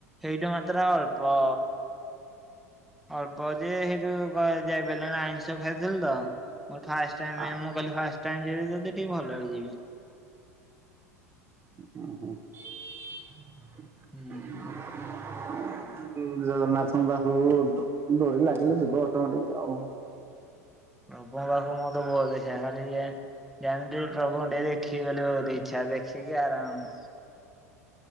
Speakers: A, in the centre; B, on the right.
A: ହେଇଠୁ ମାତ୍ର ଅଳ୍ପ ଅଳ୍ପ ଯେ ହେଇଠୁ ଯାଇ ପାରିଲଣି ଆଇିଷ ଖାଇଥିଲ ତୋ ଫାର୍ଷ୍ଟ ଟାଇମ୍
B: ଆ
A: କହିଲି ଫାଷ୍ଟ ଟାଇମ୍ ଯିବି ଯଦି ଟିକେ ଭଲରେ ଯିବି।
B: ଓ ହ <unintelligible>
A: ହୁଁ।
B: <unintelligible> ଜଗନ୍ନାଥଙ୍କ ପାଖକୁ ଡୋରି ଲାଗିଲେ ଯିବ ଅଟୋମେଟିକ ଆଉ।
A: ଲପ ପାଖକୁ ମୁ ତ ବହୁତ ଦେଖେ ଖାଲି ଯେ <unintelligible> ଜାଣି ପ୍ରଭୁଙ୍କୁ ଟିକେ ଦେଖି ବୋଲି ବହୁତ ଇଛା ଦେଖିକି ଆରାମ